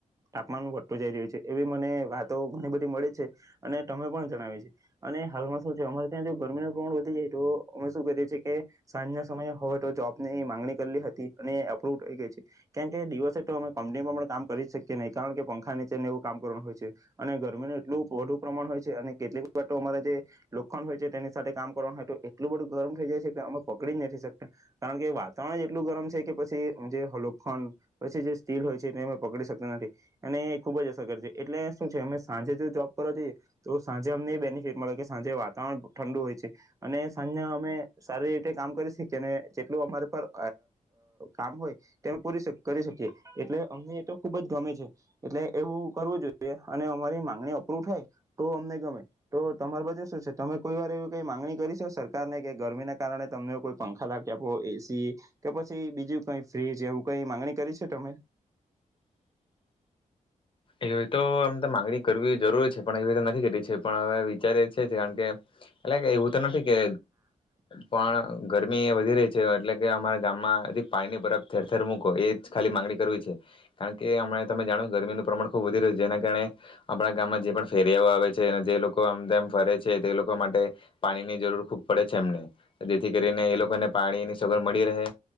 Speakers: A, on the right; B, on the left.
A: તાપમાન વધતતો જઈ રહ્યો છે એવી મને વાતો ઘણી બધી મળે છે અને તમે પણ જણાવી છે અને હાલમાં શું છે અમારે ત્યાં જો ગરમીનું પ્રમાણ વધી જાય તો અમે શું કરીએ છીએ કે સાંજના સમયે હોવે તો જોબ ની માંગણી કરલી હતી અને અપ્રુવ થઈ ગઈ છે. કેમ કે દિવસે તો અમે કંપનીમાં પણ કામ કરી જ શકીએ નહીં કારણ કે પંખા નીચે ને એવું કામ કરવાનું હોય છે અને ગરમીનું એટલું વધુ પ્રમાણ હોય છે અને કેટલીક તો અમારે જે લોખંડ હોય છે તેની સાથે કામ કરવાનું હોય તો એટલું બધું ગરમ થઈ જાય છે કે અમે પકડી જ નથી શકતા કારણ કે વાતાવરણ એટલું ગરમ છે કે પછી જે. ખંડ પછી જે સ્ટીલ હોય છે એને અમે પકડી શકતા નથી અને એ ખુબ જ અસરત છે એટલે શું છે અમે સાંજે જો જોબ કરવા જોઈએ તો સાંજે અમને બેનિફિટ મળે કે સાંજે વાતાવરણ ઠંડુ હોય છે અને સાંજે અમે સારી રીતે કામ કરી શકીએ અને જેટલું અમારે પર કામ હોય. તેમ પૂરી કરી શકીએ એટલે અમને એ તો ખુબ જ ગમે છે એટલે એવું કરવું જોઈએ અને અમારી મામાંગણી અપ્રુવ થાય તો અમને ગમે તો તમારા બાજુ શું છે તમે કોઈ વાર એવી કઈ મામાંગણી કરી શ સરકારને કે ગરમીના કારણે તમને કોઈ પંખા લાગે આપો એસી કે પછી બીજું કઈ ફ્રીજ. જે હું કઈ મામાંગણી કરી છે તમે.
B: એવી તો આમ તો મામાંગણી કરવી જરૂર છે પણ એવી તો નથી કરી છે પણ હવે વિચારે છે કારણ કે. એટલે કે એવું તો નથી કે પણ. ગરમી એ વધી રહી છે એટલે કે અમારા ગામમાં પાણીની બર ઠેર ઠેર મૂકો એ જ ખાલી માંગણી કરવી છે કારણ કે હમ તમે જાણો ગરમીનું પ્રમાણ. ખૂબ વધી્યો છે જેના કારણે. આપણા ગામમાં જે પણ ફેરિયાઓ આવે છે અને જે લોકો આમમ ફરે છે. છે તે એ લોકો માટે પાણીની જરૂર ખૂબ પડે છે એમને જેથી કરીને એ લોકોને પાણીની સગડ મળી રહે